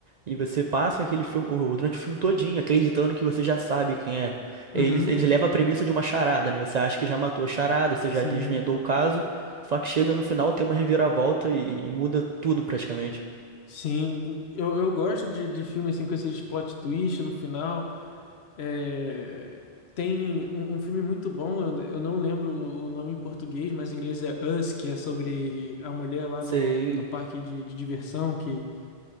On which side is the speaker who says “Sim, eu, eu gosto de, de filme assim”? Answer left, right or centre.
Left